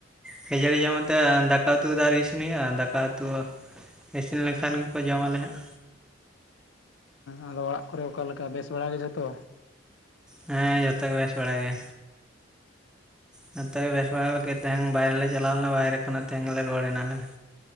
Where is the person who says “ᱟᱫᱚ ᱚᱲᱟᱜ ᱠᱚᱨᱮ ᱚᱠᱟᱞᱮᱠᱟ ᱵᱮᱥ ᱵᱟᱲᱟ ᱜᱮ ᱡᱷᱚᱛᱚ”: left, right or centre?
Left